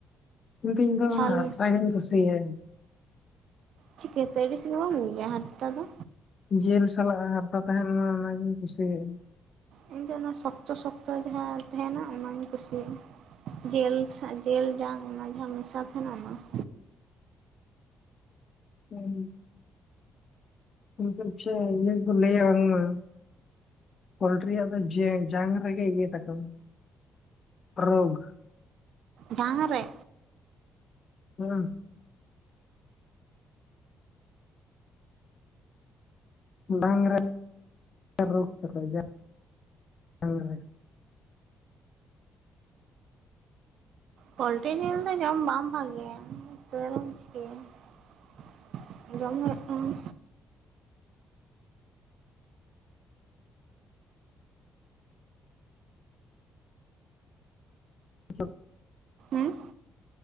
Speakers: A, on the left (about 45°); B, on the right (about 75°).
A: ᱠᱤᱱᱛᱩ ᱤᱧ ᱫᱚ ᱚᱱᱟ
B: ᱪᱷᱟᱞ
A: ᱦᱟᱨᱛᱟ ᱜᱤᱧ ᱠᱩᱥᱤᱭᱟᱹᱧ᱾
B: ᱪᱤᱠᱟᱹᱛᱮ ᱟᱹᱰᱤᱥ ᱜᱮ ᱵᱟᱢ ᱵᱩᱡ-ᱟ ᱦᱟᱨᱛᱟ ᱫᱚ?
A: ᱡᱮᱞ ᱥᱟᱞᱟᱜ ᱦᱟᱨᱛᱟ ᱛᱟᱸᱦᱮᱱ ᱢᱟ ᱚᱱᱟᱜᱮᱧ ᱠᱩᱥᱤᱭᱟᱜ ᱤᱧ ᱾
B: ᱤᱧ ᱫᱚ ᱚᱱᱟ ᱥᱚᱠᱛᱚ ᱥᱚᱠᱛᱚ ᱡᱟᱦᱟᱸ ᱛᱟᱸᱦᱮᱱᱟ ᱚᱱᱟᱧ ᱠᱩᱥᱤᱭᱟᱜᱼᱟ ᱾ ᱡᱮᱞ ᱥᱟᱜ ᱡᱮᱞ ᱡᱟᱝ ᱚᱱᱟ ᱡᱟᱦᱟᱸ ᱢᱮᱥᱟ ᱛᱟᱸᱦᱮᱱᱟ ᱚᱱᱟ ᱾
A: ᱦᱩᱸ᱾ ᱢᱩᱪᱟᱹᱫ ᱤᱪᱷᱟ ᱤᱭᱟᱹ ᱠᱚ ᱞᱟᱹᱭᱟ ᱟᱨ ᱚᱱᱟ ᱾ ᱯᱳᱞᱴᱨᱤᱭᱟᱜ ᱫᱚ ᱡᱮ ᱡᱟᱝ ᱨᱮᱜᱮ ᱤᱭᱟᱹ ᱛᱟᱠᱚ ᱨᱳᱜᱽ ᱾
B: ᱰᱟᱝ ᱨᱮ?
A: ᱦᱩᱸ ᱾ ᱰᱟᱝᱨᱮ ᱨᱳᱜᱽ ᱛᱟᱠᱚ, ᱡᱟ ᱡᱟᱝ ᱨᱮ ᱾
B: ᱯᱳᱞᱴᱨᱤ ᱡᱤᱞ ᱫᱚ ᱡᱚᱢ ᱵᱟᱝ ᱵᱷᱟᱜᱮᱭᱟ, ᱛᱟᱹ ᱨᱮᱦᱚᱢ ᱪᱤᱠᱟᱹᱭᱟ ᱾ ᱡᱚᱢ ᱦᱩᱭᱩᱜ ᱠᱟᱱᱟ᱾
A: <inaudible>
B: ᱦᱩᱸ ᱾